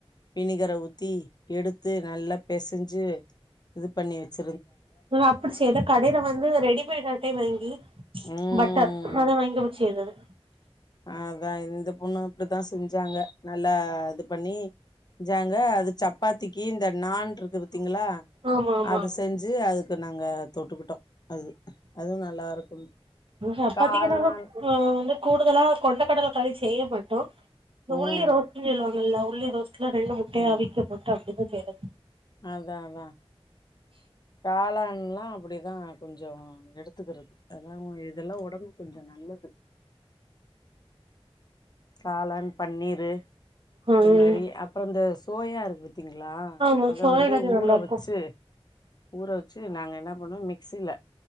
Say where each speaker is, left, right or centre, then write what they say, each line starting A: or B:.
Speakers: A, on the left; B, on the right.
A: வினிகர ஊத்தி எடுத்து நல்லா பெசஞ்சு இது பண்ணி வச்
B: நா அப்டி செய்ல கடையில வந்து ரெடிமேடு அட்டைய வாங்கி
A: ம்
B: பட்டர் அத வாங்கி அப்படி செய்தது
A: அதா இந்த பொண்ணு இப்படித்தா செஞ்சாங்க நல்லா இது பண்ணி ஞ்சாங்க அது சப்பாத்திக்கு இந்த நாண் இருக்குது திங்லா
B: ஆமா ஆமா
A: அத செஞ்சு அது ருந்தாங்க நாங்க தொட்டுக்கிட்டோ அது அதுவு நல்லா இருக்கும்
B: சப்பாத்திக்கு
A: காளான்
B: நாங்க ஆ வந்து கூடுதலா கொண்டக்கடலக்களி செய்யமாட்டோ இந்த <unintelligible>
A: ம்
B: <unintelligible> ட்ல ரெண்டு முட்டைய
A: ம்
B: அவிக்க போட்டு அப்டி <unintelligible>
A: அதா அதா காளான்லா அப்டி தா கொஞ்சம் எடுத்துக்கிறது அதா ஓ இதெல்லா ஒடம்புக் கொஞ் சோ நல்லது காளான் பன்னீரு
B: ம்
A: இது மாரி அப்பறோ இந்த ஸ் சோயா இருக்கு தீங்களா
B: ஆமா
A: அத
B: சோயாகாதி
A: வந்து
B: நல்லா
A: ஊற
B: இருக்கு
A: வச்சு ஊற வச்சு நாங்க என்ன பண்ணுவோ மிக்சியில